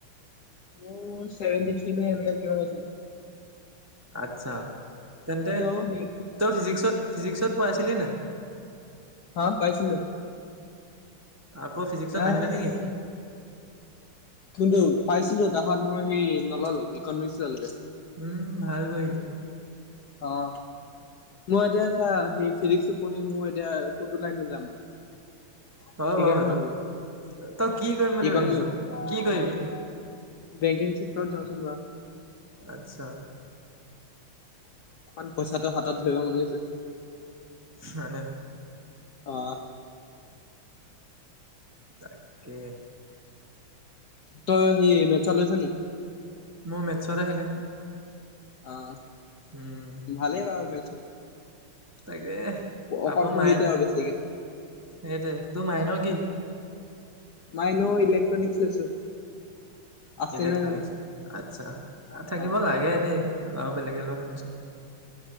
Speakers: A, on the left; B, on the right.
A: মোৰ চেভেনটি থ্ৰী ন এনেকা কিমান হৈছিলে
B: আত্ছা তেন্তে
A: অ সেই
B: তই ফিজিক্সত ফিজিক্সত পঢ়াইছিলি নে
A: <inaudible> হা পাইছিলো
B: আকৌ ফিজিক্সত
A: নাই
B: নাহিলে
A: মানে
B: নেকি
A: সি কিন্তু পাইছিলো তাহত মই সেই নললো ইকনমিক্স ললোগে
B: উম ভাল কৰিলো
A: অহ মই এতিয়া চা সি ফিজিক্সত পঢ়ি মই এতিয়া কোনটো লাইনত যাম
B: হয়
A: সেইকাৰণে
B: বাৰু সেটো
A: নললো
B: তই কি কৰিম বুলি
A: ইকনমি
B: ভাবিছ কি কিবি
A: <unintelligible>
B: আচ্ছা
A: অকমান পইচাটো হাতত ধৰিব মন গৈছে
B: হয়নে
A: অহ
B: তাকে
A: ত সি মেটছত লৈছা নি
B: মোৰ মেটছত আহিলে
A: আহ
B: উম
A: ভালেই বাৰু মেটছত
B: তাকে
A: অকণ
B: আকৌ
A: পঢ়িলে
B: মাইন
A: আৰু বেছিকে
B: এইটো তোৰ মাইনৰ কি
A: মাইনৰ ইলেকট্ৰনিক্ লৈছো আছে
B: ইলেক্ট্ৰনিক
A: নাই জানো
B: আচ্ছা থাকিব
A: অ
B: লাগে দেই লোৱাও বেলেগে লোৱা শুনিছো